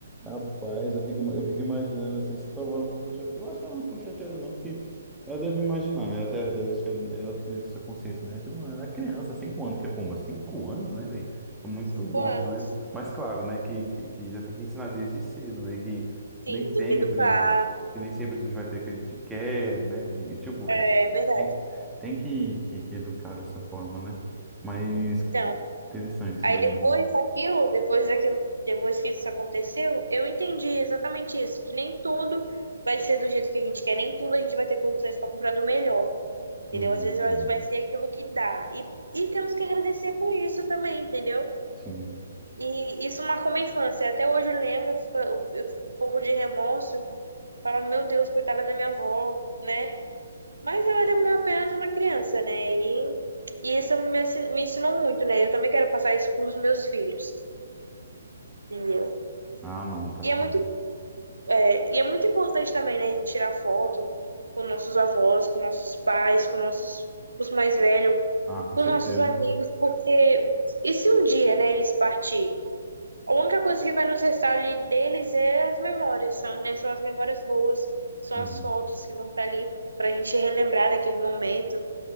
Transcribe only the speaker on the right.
Cinco
anos.
Sim,
tem que educar.
É
verdade.
Então,
aí
depois
daquilo, depois daquilo, depois que isso aconteceu, eu entendi exatamente isso, que nem tudo vai ser do jeito que a gente quer, nem tudo a gente vai ter condições para comprar do melhor.
Entendeu? Às vezes
nós vai ser aquilo que dá. E, e temos que agradecer por isso também, entendeu?
E isso marcou minha infância. Até hoje eu lembro, eu fico, eu fico um pouco de remorso, falando, meu Deus, coitada da minha avó, né? Mas eu era uma- apenas uma criança, né? E, e isso me ensinou, me ensinou muito, né? Eu também quero passar isso para os meus filhos, entendeu?
E
é muito É, e é muito importante também, né, a gente tirar foto com nossos avós, com nossos pais, com nossos, com os mais velhos,
com
nossos amigos, porque e se um dia, né, eles partirem? A única coisa que vai nos restar ali deles é as memórias, são, né, são as memórias boas, são
as fotos que vão estar ali para a gente relembrar daquele momento,